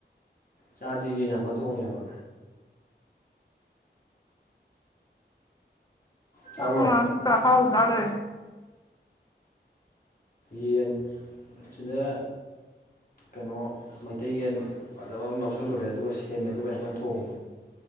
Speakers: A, on the left; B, on the left.
A: ꯆꯥꯗ꯭ꯔꯤꯌꯦ ꯌꯥꯝ ꯀꯟꯅ ꯊꯣꯡꯉꯤ ꯍꯥꯏꯕ ꯇꯥꯕ꯭ꯔꯣ
B: <unintelligible> ꯑꯍꯥꯎ ꯆꯥ ꯂꯩꯔꯦ
A: ꯌꯦꯟ ꯁꯤꯗ ꯀꯩꯅꯣ ꯃꯩꯇꯩ ꯌꯦꯟ ꯐꯖꯕ ꯑꯃ ꯂꯧꯁꯜꯂꯨꯔꯦ ꯑꯗꯨꯒ ꯁꯦꯝꯃꯦ ꯑꯗꯨꯒ ꯌꯥꯝ ꯀꯟ ꯊꯣꯡꯉꯤ